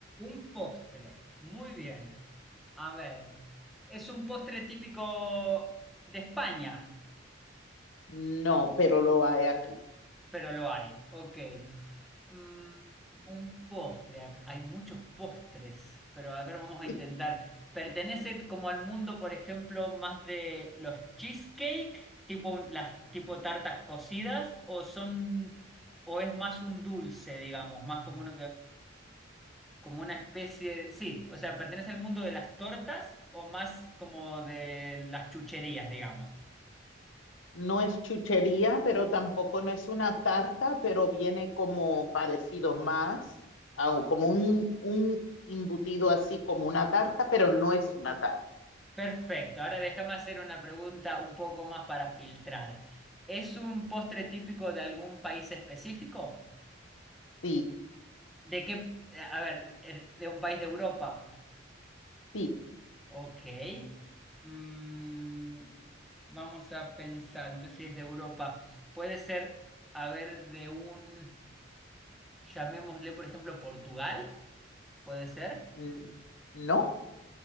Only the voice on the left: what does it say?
No, pero lo hay aquí.
<laughs>
No es chuchería, pero tampoco no es una tarta, pero viene como parecido más, a- como un, un embutido así como una tarta, pero no es una tarta.
Sí,
sí.
Mm, No,